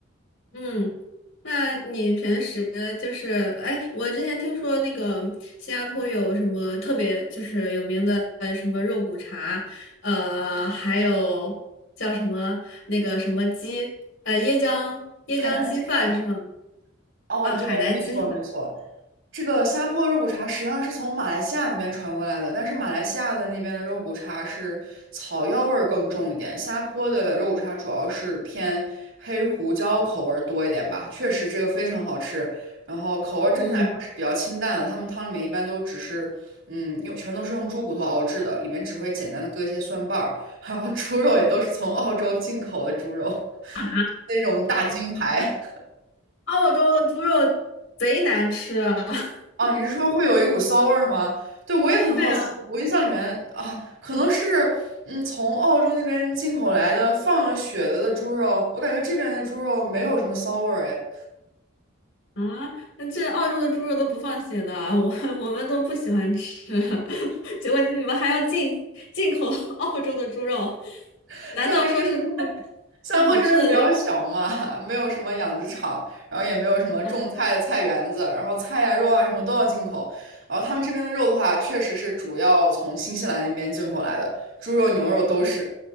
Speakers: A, on the left (about 80°); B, on the right (about 75°).
A: 嗯。那你平时就是，哎，我之前听说那个新加坡有什么特别就是有名的呃什么肉骨茶，呃，还有叫什么那个什么鸡，呃，椰浆椰浆鸡饭是吗？
B: 海南鸡饭，哦，
A: 啊，
B: 对，
A: 海南鸡饭。
B: 没错没错，这个虾坡肉骨茶实际上是从马来西亚那边传过来的，但是马来西亚的那边的肉骨茶是草药味儿更重一点，虾坡的肉骨茶主要是偏黑胡椒口味儿多一点吧。确实，这个非常好吃，然后口味儿整体来说是比较清淡的。
A: 嗯
B: 他们汤里面一般都只是，嗯，用全都是用猪骨头熬制的，里面只会简单的搁一些蒜瓣儿，然后猪肉也都是从澳洲进口的猪肉，
A: 嗯
B: <laughs>
A: 啊，
B: 那种大金牌。
A: 澳洲的猪肉贼难吃啊！<laughs>
B: 啊，你是说会有一股骚味儿吗？对，我也很好奇。
A: 对啊。
B: 我印象里面啊，可能是嗯，从澳洲那边进口来的放了血的的猪肉，我感觉这边的猪肉没有什么骚味儿哎。
A: 啊，那这澳洲的猪肉都不放血的，我我们都不喜欢吃，<laughs> 结果你们还要进进口 <laughs> 澳洲的猪肉，
B: <laughs>
A: 难道说是他们
B: 对，因为新加坡这边比较小嘛，
A: 不好吃的留
B: <laughs> 没有什么养殖场，然后也没有什么种菜的菜园子，
A: 哦，
B: 然后菜呀、肉啊什么都要进口。然后他们这边的肉的话，确实是主要从新西兰那边进口来的，猪肉、牛肉都是。